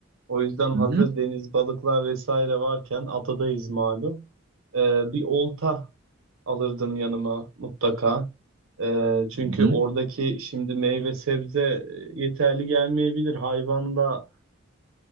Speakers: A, on the right; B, on the right.
A: O yüzden hazır
B: Hı hı.
A: deniz balıklar vesaire varken adadayız malum. E, bir olta alırdım yanıma mutlaka. E, çünkü
B: Hı hı.
A: oradaki şimdi meyve sebze e, yeterli gelmeyebilir. Hayvanda